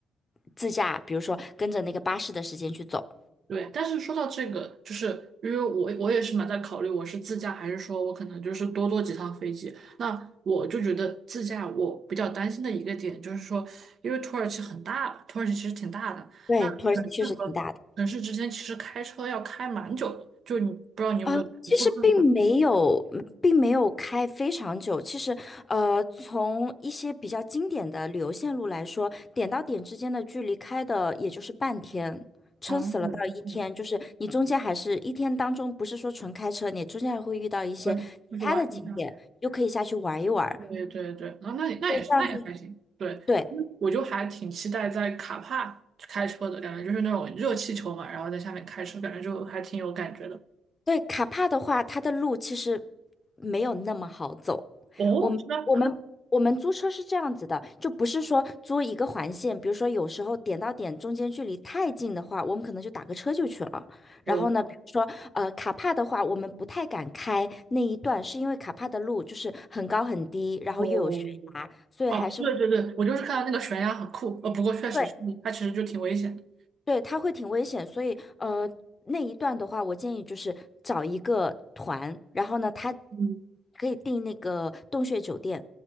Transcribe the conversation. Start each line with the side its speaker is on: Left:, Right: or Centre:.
Left: 自驾，比如说跟着那个巴士的时间去走。
Right: 对，但是说到这个，就是因为我我也是蛮在考虑，我是自驾还是说我可能就是多坐几趟飞机。那我就觉得自驾我比较担心的一个点就是说，因为土耳其很大吧，土耳其其实挺大的，
Left: 对，
Right: 那城市和城市之间其实开车要开蛮久的，
Left: 土耳其确实挺大的。
Right: 就你不知道你有没有会不会很累？
Left: 呃，其实并没有，嗯并没有开非常久。其实，呃，从一些比较经典的旅游线路来说，点到点之间的距离开的也就是半天，撑死了到一天。
Right: 哦，我就是
Left: 就是你中间还是一天当中，不是说纯开车，你中间还会遇到一些其他的景点，
Right: 我就是玩一下。
Left: 又可以下去玩一玩。
Right: 对对对，啊，那也那也是，
Left: 对，这样子。
Right: 那也还行。对，
Left: 对。
Right: 嗯我就还挺期待在卡帕开车的感觉，就是那种热气球嘛，然后在下面开车，感觉就还挺有感觉的。
Left: 对，卡帕的话，它的路其实没有那么好走。
Right: 哦，
Left: 我们我们我们租车是这样子的，
Right: 是吗？
Left: 就不是说租一个环线，比如说有时候点到点中间距离太近的话，我们可能就打个车就去了。
Right: 哦
Left: 然后呢，比如说呃卡帕的话，我们不太敢开那一段，是因为卡帕的路就是很高很低，然后又有悬崖，
Right: 哦
Left: 所以还是
Right: 哦，对对对，我就是看到那个悬崖很酷，呃、不过确实它其实就挺危险
Left: 对对，它会挺危险，所以呃，那一段的话，我建议就是找一个团，然后呢，他
Right: 嗯。
Left: 可以订那个洞穴酒店，